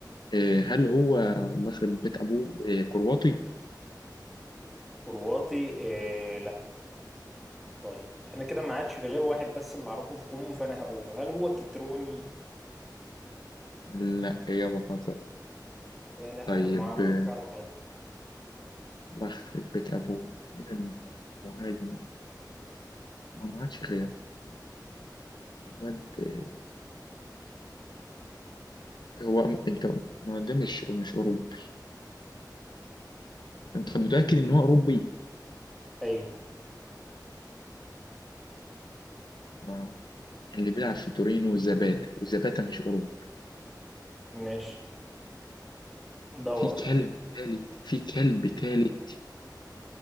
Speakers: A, on the left; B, in the centre.
A: آه، هل هو الله يخرب بيت أبوه آه، كرواتي؟
B: كرواتي آه لا طيب انا كده ما عادش في غير واحد بس اللي اعرفه في كومو فانا هقوله هل هو كتروني
A: لا إجابة خاطئة
B: يا لهوي
A: طيب
B: ما ما
A: آه،
B: عادش اعرف حد
A: الله يخرب بيت أبوه مين المهاجم؟ ما ما عادش غير الواد آه، هو م- أنت ما هو ده مش مش أوروبي أنت متأكد إن هو أوروبي؟
B: ايوه
A: ما هو اللي بيلعب في تورينو زباتا وزباتا مش أوروبي
B: ماشي دور
A: في كلب
B: بقى
A: تالت في كلب تالت